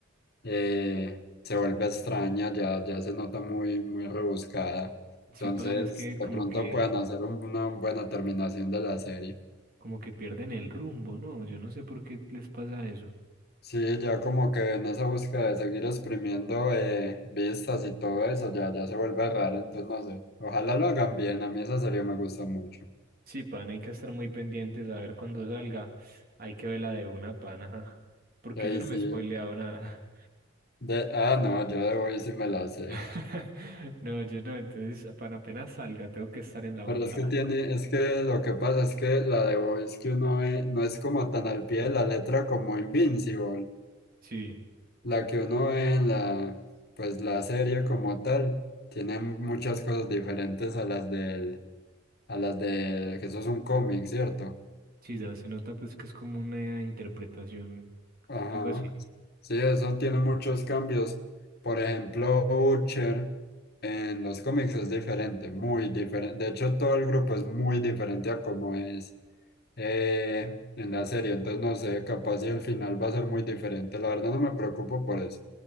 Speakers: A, on the left; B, on the right.
A: eh, se vuelve extraña, ya, ya se nota muy, muy rebuscada.
B: Sí,
A: Entonces,
B: pana, es que como
A: de pronto
B: que,
A: pueden hacer un- una buena terminación de la serie.
B: como que pierden el rumbo, ¿no? Yo no sé por qué les pasa eso.
A: Sí, ya como que en esa búsqueda de seguir exprimiendo eh, vistas y todo eso, ya, ya se vuelve raro, entonces no sé. Ojalá lo hagan bien, a mí esa serie me gusta mucho.
B: Sí, pan, hay que estar muy pendientes a ver cuándo salga. Hay que verla de una, pan, ajá. Porque
A: Y ahí
B: yo no
A: sí,
B: me he spoileado nada.
A: de, ah, no, yo de Boys sí me la sé.
B: <laughs> No, yo no, entonces, pan, apenas salga, tengo que estar en la
A: Pero
B: jugada.
A: es que tiene, es que lo que pasa es que la de Boys que uno ve no es como tan al pie de la letra como Invincible.
B: Sí,
A: La que uno ve en la, pues la serie como tal, tiene muchas cosas diferentes a las del, a las de, que eso es un cómic, ¿cierto?
B: sí, ya se nota pues que es como una interpretación,
A: Ajá.
B: algo así.
A: Sí, eso tiene muchos cambios. Por ejemplo, Butcher en los cómics es diferente, muy diferente. De hecho, todo el grupo es muy diferente a como es eh, en la serie. Entonces, no sé, capaz si el final va a ser muy diferente. La verdad, no me preocupo por eso.